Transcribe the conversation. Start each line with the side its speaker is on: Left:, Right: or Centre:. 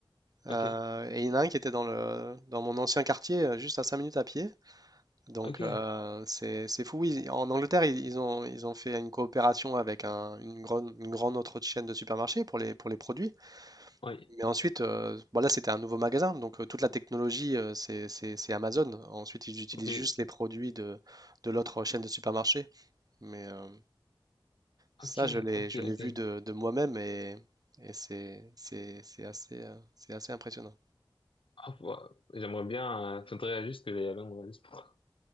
Right: euh,
Left: ok,
Right: et il y en a un qui était dans le, dans mon ancien quartier, euh, juste à 5 minutes à pied. Donc
Left: ok,
Right: euh, c'est c'est fou. Oui, en Angleterre, ils, ils ont, ils ont fait une coopération avec un- une grande, une grande autre chaîne de supermarchés pour les, pour les produits.
Left: oui,
Right: Mais ensuite, euh, bon, là, c'était un nouveau magasin, donc euh, toute la technologie, euh, c'est c'est- c'est Amazon. Ensuite, ils utilisent
Left: oui,
Right: juste les produits de, de l'autre chaîne de supermarché. Mais euh, ça,
Left: ok,
Right: je l'ai,
Left: ok,
Right: je l'ai
Left: ok.
Right: vu de,
Left: ok.
Right: de moi-même et, et c'est c'est- c'est assez, euh, c'est assez impressionnant.
Left: Ah, bah, j'aimerais bien, euh, faudrait juste que j'aille à Londres juste pour,